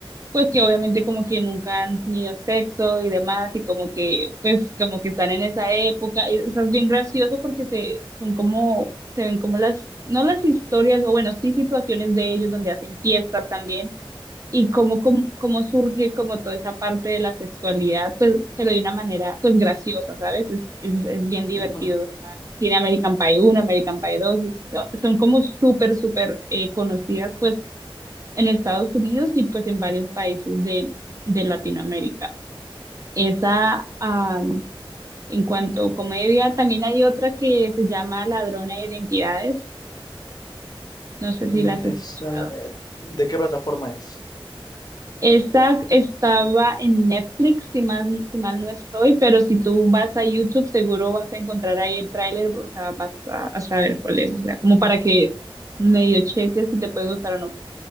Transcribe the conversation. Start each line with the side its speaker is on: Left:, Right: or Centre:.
Right: pues que obviamente como que nunca han tenido sexo y demás y como que pues como que están en esa época. Y, o sea, es bien gracioso porque se son como se ven como las no las historias o bueno, sí situaciones de ellos donde hacen fiestas también y cómo, cómo, cómo surge como toda esa parte de la sexualidad, pues, pero de una manera pues graciosa, ¿sabes? Es, es, es bien divertido.
Left: ujú.
Right: o sea, tiene American Pie uno American Pie dos es- so- son como súper, súper eh, conocidas pues en Estados Unidos y pues en varios países de, de Latinoamérica. Esa, ah, en cuanto a comedia, también hay otra que se llama Ladrona de Identidades. No sé
Left: Mm,
Right: si las escuchas.
Left: esa, eh, ¿de qué plataforma es?
Right: Esa estaba en Netflix, si mal, si mal no estoy, pero si tú vas a YouTube seguro vas a encontrar ahí el tráiler, o sea, vas a, a saber cuál es, o sea, como para que medio cheques si te puede gustar o no.